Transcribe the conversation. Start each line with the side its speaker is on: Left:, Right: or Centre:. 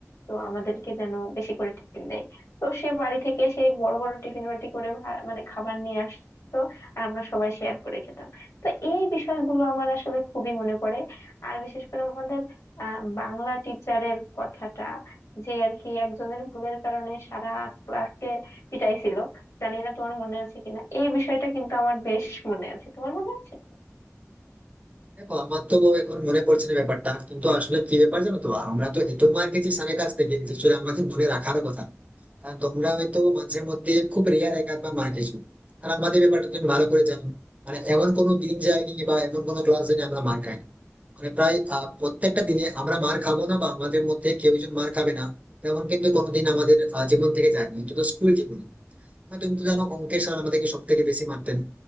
Left: তো আমাদেরকে যেন বেশি করে টিফিন দেয় তো সে বাড়ি থেকে সেই বড় বড় টিফিন বাটি করে ভা- মানে খাবার নিয়ে আসতো আর আমরা সবাই শেয়ার করে খেতাম তো এই বিষয়গুলো আমার আসলে খুবই মনে পড়ে আর বিশেষ করে আমাদের আহ বাংলা টিচারের কথাটা যে আর কি একজনের ভুলের কারণে সারা ক্লাসকে পিটাইছিল জানি না তোমার মনে আছে কিনা এই বিষয়টা কিন্তু আমার বেশ মনে আছে তোমার মনে আছে
Right: দেখো আমার তো এখন মনে পড়ছে না ব্যাপারটা কিন্তু আসলে কি ব্যাপার জানো তো আমরা তো এত মার খেয়েছি স্যারের কাছ থেকে যে আসলে আমাদের মনে রাখার কথা না। কারণ তোমরা হয়তো মাঝে মধ্যে খুব রেয়ার এক আধবার মার খেয়েছো আর আমাদের ব্যাপারটা তুমি ভালো করে জানো মানে এমন কোনো দিন যায়নি বা এমন কোনো ক্লাস যায়নি আমরা মার খাইনি মানে প্রায় আহ, প্রত্যেকটা দিনে আমরা মার খাবো না বা আমাদের মধ্যে কেউ একজন মার খাবে না তেমন কিন্তু কোনোদিন আমাদের আহ, জীবন থেকে যায়নি অন্তত স্কুল জীবনে হ্যাঁ তুমি তো জানো অঙ্কে স্যার আমাদেরকে সব থেকে বেশি মারতেন